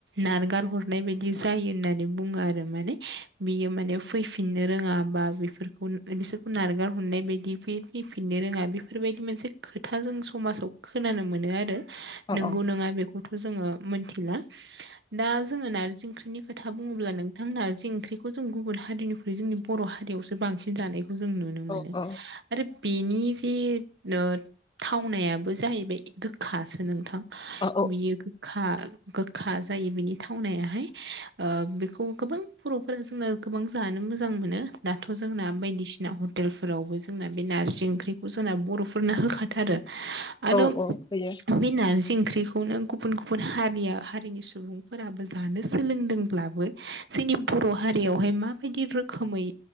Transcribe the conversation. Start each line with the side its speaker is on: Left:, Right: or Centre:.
Right: नारगार हरनाय बायदि जायो होननानै बुङो आरो माने बियो माने फैफिननो रोङा बा बेफोरखौ बिसोरखौ नारगार हरनाय बायदि फैफिननो रोङा बेफोरबायदि मोनसे खोथा जों समाजाव खोनानो मोनो आरो
Left: औ
Right: नंगौ
Left: औ
Right: नङा बेखौथ' जोङो मोनथिला दा जोङो नारजि ओंख्रिनि खोथा बुङोब्ला नोंथां नारजि ओंख्रि खौ जों गुबुन हारिनिख्रुइ जोंनि बर' हारियावसो बांसिन जानायखौ जों नुनो
Left: औ
Right: मोनो।
Left: औ
Right: बिनि जे ओ थावनायाबो जाहैबाय गोखासो नोंथां
Left: औ
Right: बेयो गोखा गोखा जायो बिनि थावनायाहाय ओ बेखौ गोबां बर'फोरा जोंना गोबां जानो मोजां मोन दाथ' जोंना बायदिसिना हटेलफोरावबो जोंना बे नारजि ओंख्रिखौ जोंना बर'फोरनो होखाथारो आरो
Left: औ औ होयो
Right: बे नारजि ओं ख्रिखौनो गुबुन गुबुन हारि हारिनि सुबुंफोराबो जानो सोलोंदोंब्लाबो जों नि बर' हारियावहाय माबायदि रोखोमै